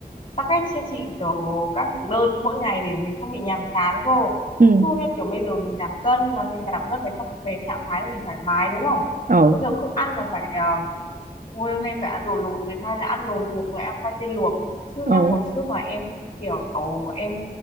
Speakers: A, on the left; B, on the right.
A: Tắc ghét chưa chị kiểu các thực đơn mỗi ngày để mình không bị nhàm chán cô.
B: ừ
A: Chứ như kiểu bây giờ mình giảm cân mà mình giảm cân phải trong cái trạng thái là mình thoải mái đúng không?
B: ờ
A: Bây giờ cứ ăn là phải uh, ui hôm nay phải ăn đồ luộc, ngày mai lại ăn đồ luộc, lại ăn khoai tây luộc. Chứ
B: ờ
A: nha hồi trước là em cũng kiểu em